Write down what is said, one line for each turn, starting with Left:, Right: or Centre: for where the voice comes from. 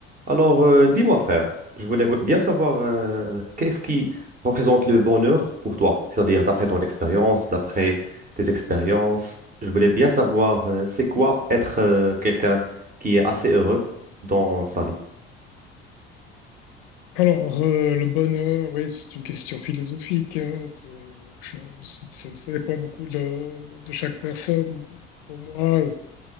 Right: Alors, euh, dis-moi, frère, je voulais vo- bien savoir euh, qu'est-ce qui représente le bonheur pour toi, c'est-à-dire d'après ton expérience, d'après tes expériences. Je voulais bien savoir euh, c'est quoi être euh, quelqu'un qui est assez heureux dans sa vie.
Left: Alors, euh, le bonheur, oui, c'est une question philosophique. hein, c'est, c'est- c'est- ça dépend beaucoup de, de- de chaque personne. Pour moi, le